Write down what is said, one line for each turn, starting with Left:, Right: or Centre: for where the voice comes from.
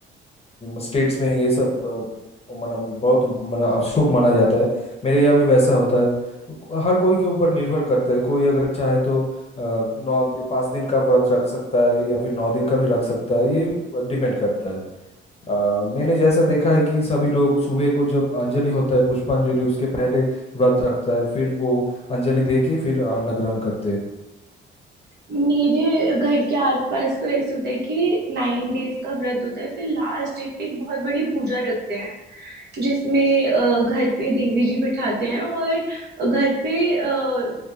Left: स्टेट्स में ये सब अ, मना बहुत मना शुभ माना जाता है मेरे यहाँ भी वैसा होता है हर कोई के ऊपर निर्भर करता है कोई अगर चाहे तो अ, नौ पाँच दिन का व्रत रख सकता है या फिर नौ दिन का भी रख सकता है ये डिपेंड करता है अ, मैंने जैसा देखा है कि सभी लोग सुबह को जब अंजलि होता है पुष्पांजलि उसके पहले व्रत रखता है फिर वो अंजलि दे के फिर अन्न ग्रहण करते हैं
Right: मेरे घर के आसपास तो ऐसे होता है कि नाइन डेज का व्रत होता है फिर लास्ट डे पे एक बहुत बड़ी पूजा रखते हैं जिसमें अ, घर पे देवी जी बिठाते हैं और घर पे अ,